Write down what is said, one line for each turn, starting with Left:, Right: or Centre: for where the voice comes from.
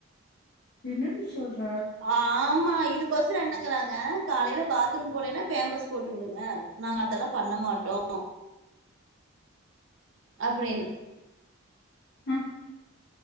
Left: என்னடி சொல்ற
Right: ஆ ஆமா இதுக் ஒருசிலர் என்னங்கறாங்க காலையில பாத்ரூம் போலைன்னா ஃபேம்பர்ஸ் போட்டுவுடுங்க நாங்க இதல்லா பண்ணமாட்டோ அப்டின்னு
Left: ஹும்